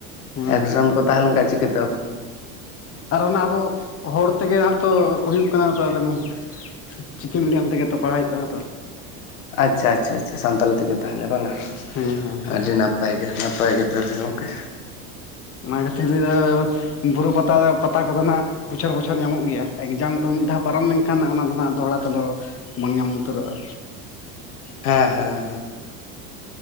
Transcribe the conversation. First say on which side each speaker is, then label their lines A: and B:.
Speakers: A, on the left (about 35°); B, on the left (about 80°).
A: ᱦᱳᱭ
B: ᱮᱠᱡᱟᱢ ᱠᱚ ᱛᱟᱦᱮᱸᱞᱱᱠᱟᱱᱡ ᱪᱤᱠᱛᱮ
A: ᱟᱨ ᱚᱱᱟ ᱟᱵᱚ ᱦᱚᱲ ᱛᱮᱜᱮ ᱦᱟᱸᱱᱟᱜ ᱛᱚ ᱦᱩᱭᱩᱜ ᱠᱟᱱᱟ ᱛᱚ ᱟᱞᱮᱢ ᱪᱤᱠᱤ ᱢᱤᱰᱤᱭᱟᱢ ᱛᱮᱜᱮ ᱛᱚ ᱯᱟᱲᱦᱟᱜ ᱦᱩᱭᱩᱜ ᱠᱟᱱᱟ ᱛᱚ
B: ᱟᱪᱪᱷᱟ ᱟᱪᱪᱷᱟ ᱟᱪᱪᱷᱟ ᱥᱟᱱᱛᱟᱞᱤ ᱛᱮᱜᱮ ᱛᱟᱦᱚᱞᱮ ᱵᱟᱝᱟ
A: ᱦᱮᱸ ᱦᱮᱸ ᱦᱮᱸ
B: ᱟᱹᱰᱤ ᱱᱟᱯᱟᱭ ᱜᱮ ᱱᱟᱯᱟᱭ ᱜᱮ ᱛᱚᱵᱮ ᱜᱚᱢᱠᱮ
A: ᱚᱱᱟ ᱠᱷᱟᱹᱛᱤᱨ ᱫᱚ ᱵᱩᱨᱩ ᱯᱟᱛᱟ ᱯᱟᱛᱟ ᱠᱚᱫᱚ ᱦᱦᱟᱜ ᱵᱚᱪᱷᱚᱨ ᱵᱚᱪᱷᱚᱨ ᱧᱟᱢᱚᱜ ᱜᱮᱭᱟ ᱮᱠᱡᱟᱢ ᱠᱚ ᱢᱤᱫ ᱫᱷᱟᱣ ᱯᱟᱨᱚᱢ ᱞᱮᱱᱠᱷᱟᱱ ᱚᱱᱟ ᱫᱚ ᱱᱟᱟᱜ ᱫᱚᱦᱲᱟ ᱠᱷᱚᱱ ᱟᱫᱚ ᱵᱟᱝ ᱧᱟᱢ ᱩᱛᱟᱹᱨᱚᱜᱼᱟ
B: ᱦᱮᱸ ᱦᱮᱸ ᱦᱮᱸ